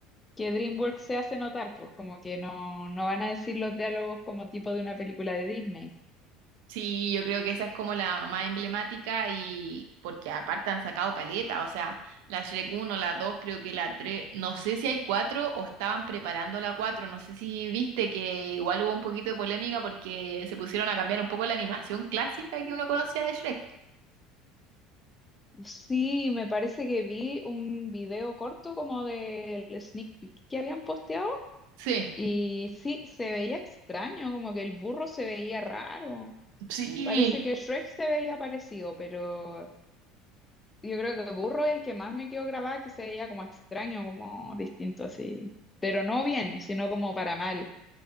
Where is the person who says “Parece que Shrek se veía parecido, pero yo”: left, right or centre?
Left